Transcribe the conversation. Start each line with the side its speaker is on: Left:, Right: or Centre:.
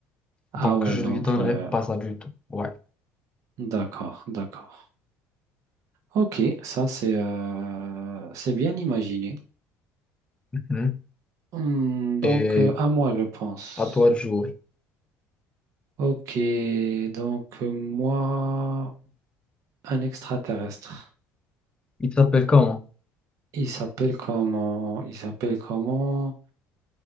Right: Ah
Left: Donc,
Right: ouais,
Left: je
Right: donc
Left: lui donnerai
Right: euh,
Left: pas ça du tout. Ouais.
Right: d'accord, d'accord. Ok, ça c'est euh, c'est bien imaginé.
Left: Mhm.
Right: Hmm, donc
Left: Et
Right: euh, à moi, je pense.
Left: à toi de jouer.
Right: Ok, donc euh, moi, un extraterrestre.
Left: Il s'appelle comment?
Right: Il s'appelle comment? Il s'appelle comment?